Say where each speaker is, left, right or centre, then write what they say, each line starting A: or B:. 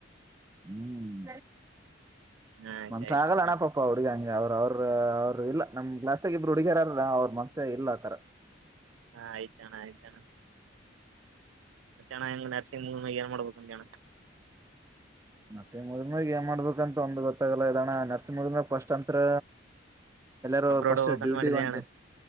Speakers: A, on the right; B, on the right.
A: ಹ್ಮ್
B: ಹ ಆಯ್ತ
A: ಮನ್ಸ
B: ಆಯ್ತಣ
A: ಆಗಲ್ಲಣ್ಣ ಪಾಪ್ಪಾ ಹುಡುಗ ಹಂ ಅವ್ರ ಅವ್ರ ಅವ್ರ ಇಲ್ಲ ನಮ್ ಗ್ಲಾಸ್ಗ ಇಬ್ರು ಹುಡುಗರಾರ ಅವ್ರ ಮನ್ಸ್ಯ ಇಲ್ಲ ಆತರ
B: ಹಾ ಆಯ್ತಣ ಆಯ್ತತಣ ಮತ್ತಣ ಹೆಂಗ್ ನರ್ಸಿಂಗ್ ಏನ್ ಮಾಡ್ಬೇಕು ಅಂತಣ
A: ನರಸಿಂಗ್ ಉದಮಗ್ ಏನ್ ಮಾಡ್ಬೇಕಂತ ಒಂದು ಗೊತ್ತಾಗಲ್ಲ ಇದಣ್ಣ ನರ್ಸಿಂಗ್ ಉದುಮಗ್ ಫಸ್ಟ್ ಅಂತತ್ರ ಎಲ್ಲಾರೂ
B: ಅಬ್ರೋಡ್
A: ಫಸ್ಟ್
B: ಹೋಗ್ಬೇಕಂತ
A: ಡ್ಯೂಟಿ
B: ಮಾಡಿದೆ
A: ಒಂಚ
B: ಅಣ್ಣ